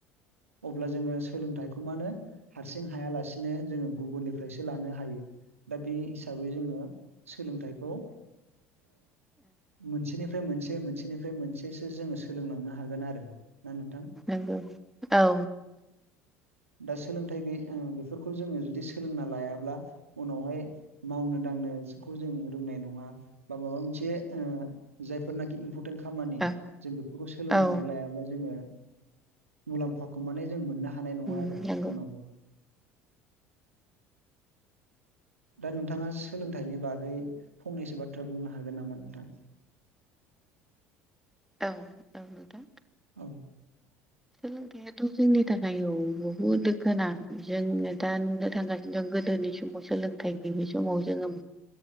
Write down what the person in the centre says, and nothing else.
नंगौ औ।
नंगौ
औ
नोंथां
औ औ नोंथां।
सोलोंथाया जोंनि थाखाय औ बहुद गोनां जोंनो दा नुनो थांगासिनो दं गोदोनि समाव सोलों थाय गैयै समाव जोङो